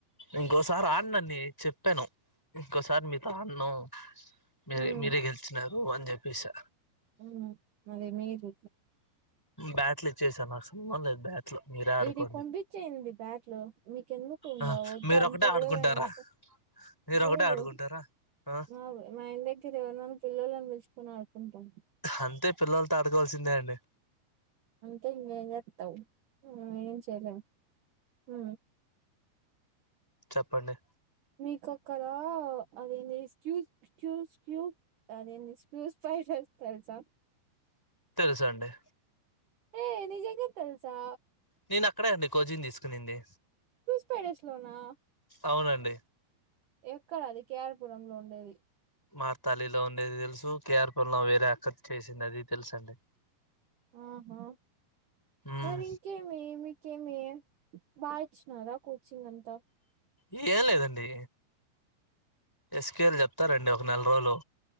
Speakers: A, in the centre; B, on the right.
A: ఇంకోసారి ఆడినండీ చెప్పాను ఇంకోసారి మీ తాన్న మీరే
B: మ్మ్
A: మీరే గెలిచినారు అని చెప్పేసి
B: ఉ మర మీరు
A: బ్యాట్ల చేశాను నాకు సంబంధం బ్యాట్లు మీరే ఆడుకోండి
B: ఇది పంపించేయింది బ్యాట్ లో మీకు ఎందుకు వద్దు
A: ఆ
B: ఇం వద్దు
A: మీరు
B: అంత
A: ఒకటే ఆడుకుంటారా
B: గొడవైనాక
A: మీరు
B: లేదు
A: ఒకటే ఆడుకుంటారా ఆ
B: మా మా మీరు ఎవరైనా పిల్లని పిలుచుొని ఆడుకుంటాం
A: అంతే పిల్లల తో ఆడుకోవాల్సిందే అండి
B: అంతే ఇంకేం చేస్తావ్ ఏం చేయలేం ఉ
A: చెప్పండి
B: మీక అక్కడ అదేంది ఎస్క్యూజ్ స్క్యూస్ క్యూ నేను స్క్యూస్ ఫైటర్స్ తెలుసా
A: తెలుసండి
B: హే నిజం గా తెల్సా
A: నేను అక్కడే అండి కోచింగ్ తీసుకునింది
B: ఫైవ్ డేస్ లోనా
A: అవునండి
B: ఎక్కడ అది కేర్పురం లో ఉండేది
A: మా తాలిలో ఉండేది తెలుసు కేఆర్పు లో వేరే అక్కర్ చేసింది అది తెలుసండి
B: ఆహా
A: మ్మ్
B: మరి ఇంకే ఏమి మీక ఏమి బాగా ఇచ్చినారా కోచింగ్ అంతా
A: ఇయ్య లేదండి స్కేలు చెప్తారండి ఒక నెల రోజులు